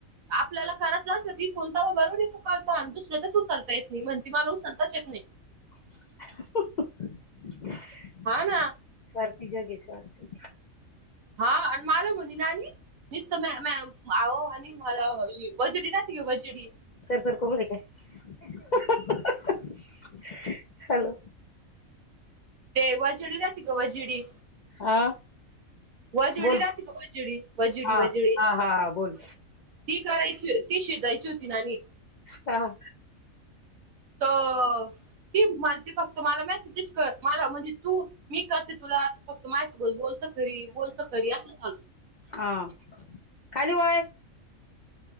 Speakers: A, on the right (about 75°); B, on the left (about 60°).
A: आपल्याला करायच असत की, कोणता व बरोबर तू कालता आणि दुसरयाच च उचलता येत नाही. म्हण ति मला उचलताच येत नाही.
B: <inaudible>
A: हा ना
B: स्वार्थी जग आहे. स्वार्थी
A: हा आणि मला म्हणे नानी नीसत म <unintelligible> आहो आणि मला वजडी रहाते का वजडी.
B: <unintelligible> हॅलो.
A: ते वजडी राती का वजडी.
B: हा
A: वजडी
B: बोल
A: राहते ग वजडी वजडी
B: हा
A: वजडी
B: हा हा हा बोल
A: ती करायची, ती शिजायची होती नानी.
B: ह
A: अ ती मला ते फक्त मला मॅसेज च कर मला मला म्हणजे तू, मी करते तुला. आ फक्त माय बोल बोलत खरी बोलत खरी अस चालू.
B: आ खाली वय